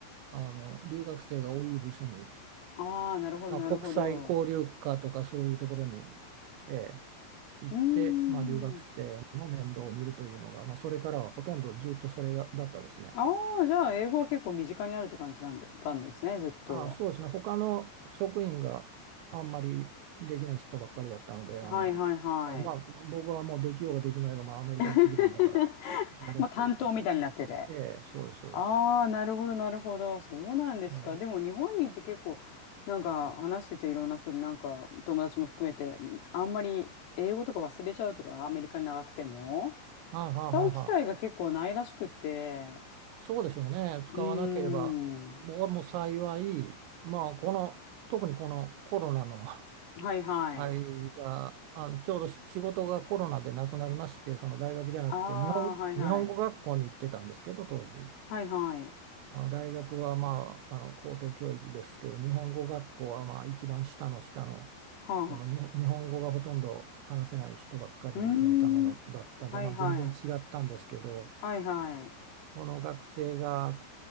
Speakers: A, on the right (about 80°); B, on the left (about 75°).
A: あの、留学生が多い部署に、
B: ああ、なるほど、
A: まあ、
B: なるほど。
A: 国際交流課とかそういうところに、ええ行って、
B: うー
A: まあ、留学生の面倒を見るというのが、
B: ん。
A: まあ、それからはほとんどずっとそれだ、だったですね。
B: ああ、じゃあ、英語は結構身近にあるって感じなんだ、たんですね、ずっと。
A: あ、そうですね。他の職員があんまりできない人ばっかりだったので、
B: はい、
A: あの、
B: はい、はい。
A: まあ、僕はもうできようができまいが、まあ、アメリカ行ってきたんだから、
B: <laughs>
A: やれというか。
B: まあ、担当みたいになってて。
A: ええ、そうです、そうです。
B: ああ、なるほど、なるほど。そうなんですか。
A: ええ、
B: でも日本にいて結構、なんか話してていろんな人になんか友達も含めて、あんまり英語とか忘れちゃうとか、アメリカに長くても、
A: ああ、はあ、
B: 使う機会が結構ないらしくって、
A: はあはあ、そうでしょうね。
B: うーん、
A: 使わなければ、僕はもう幸い、まあ、この、特にこのコロナの <laughs>
B: はいはい。
A: 間、あの、ちょうどし仕事がコロナでなくなりまして、その大学じゃなくて、
B: ああ、
A: 日本、
B: はいはい。
A: 日本語学校に行ってたんですけど、当時。
B: はいはい。
A: あの大学は、まあ、あの高等教育ですけど日本語学校はまあ一番下の下の、
B: はあ。
A: そのに日本語がほとんど話せない人ばっかりのためのだったんで、
B: うーん、はいはい。
A: まあ、全然違ったんですけど
B: はいはい。
A: その学生が